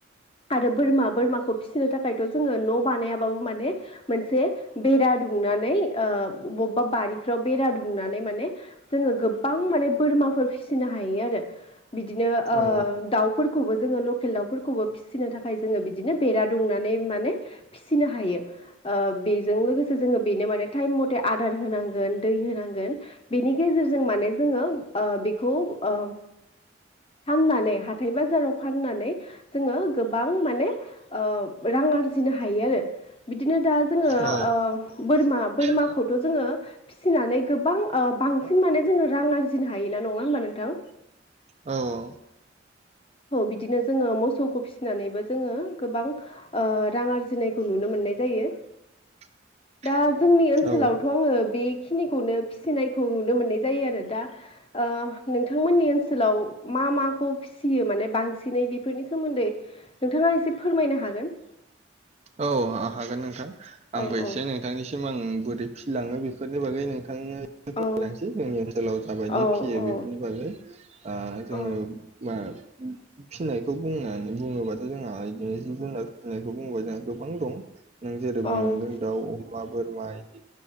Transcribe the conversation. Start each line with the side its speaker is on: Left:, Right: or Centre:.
Left: आरो बोरमा बोरमाखौ फिसिनो थाखायथ' जोङो न' बानायाबाबो माने मोनसे बेरा दुंनानै ओ बबेबा बारिफ्राव बेरा दुंनानै माने जोङो गोबां। माने बोरमाफोर फिनो हायो आरो बिदिनो ओ
Right: औ
Left: दाउफोर फोरखौबो जोङो लकेल दाउफोरखौबो फिसिनो थाखाय जोङो बिदिनो बेरा दुंनानै माने फिसिनो हायो। ओ बे बेजों लोगोसे जोङो बेनो माने ताइम मथे आदार होनांगोन दै होनांगोन बेनि गेजेरजों माने जोङो ओ बेखौ ओ फाननानै हाथाय बाजाराव फाननानै जोङो गोबां माने ओ रां आरजिनो हायो आरो बिदिनो दा जोङो
Right: औ
Left: ओ बोरमा बोरमाखौथ'
Right: औ
Left: जोङो फिसिनानै गोबां बांसिन माने जोङो रां आरजिनो हायो ना नङा होनबा नोंथां?
Right: औ औ
Left: औ बिदिनो जोङो मोसौखौ फिसिनानैबो जोङो गोबां रां ओ आरजिनायखौ नुनो मोनो। नाय जायो।
Right: <inaudible>
Left: दा जोंनि ओनसोलावथ'
Right: औ
Left: आङो बेखिनिखौनो फिसिनायखौ नुनो मोननाय जायो आरो दा ओ नोंथांमोननि ओनसोलाव मा माखौ फियो माने बांसिनै बेफोरनि सोमोन्दै नोंथाङा एसे फोरमायनो हागोन।
Right: औ आं हागोन नोंथां आंबो
Left: औ
Right: एसे
Left: औ
Right: नोंथांनिसिम आं बुदै फिसिलाङो बेफोरनि बागै नोंथाङो
Left: औ
Right: लांसै जोंनि ओनसोलाव जाबायदि
Left: औ
Right: फियो बेफोरनि बागै आ जोङो
Left: औ
Right: <unintelligible> फिनायखौ बुंनानै बुङोबाथ' जोंना इदिनो जिब जुनार फिसिनायखौ बुङोबा जों गोबां दं नों जेरै
Left: औ
Right: बुंलांदों दाउ अमा बोरमा इदि